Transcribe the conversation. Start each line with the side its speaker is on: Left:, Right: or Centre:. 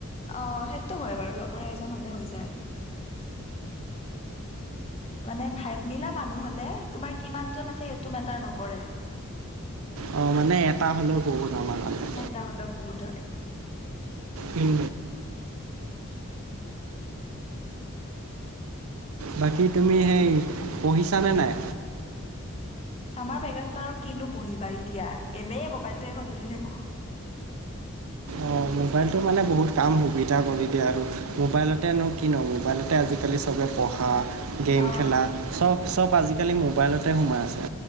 Left: অ সেইটো হয় বাৰু লগৰ এজন হলে হৈ যায়। মানে ভাইভ মিলা মানুহ হলে তোমাৰ কিমান জন আছে সেইটো মেটাৰ নকৰে।
Right: অ মানে এটা হ'লেও বহুত আমাৰ কাৰণে।
Left: এটা হলেও বহুত হয়।
Right: উম। বাকী তুমি সেই পঢ়িছানে নাই?
Left: আমাৰ ভেকেঞ্চত আৰু কিনো পঢ়িবা এতিয়া এনেই মোবাইলটোৱে সদলি থাকো।
Right: অঁ মোবাইলটো মানে বহুত কাম সুবিধা কৰি দিয়ে আৰু মোবাইলতেনো কি ন মোবাইলতে আজিকালি চবে। পঢ়া। গেম
Left: অ',
Right: খেলা, চব চব আজিকালি মোবাইলতে সোমাই আছে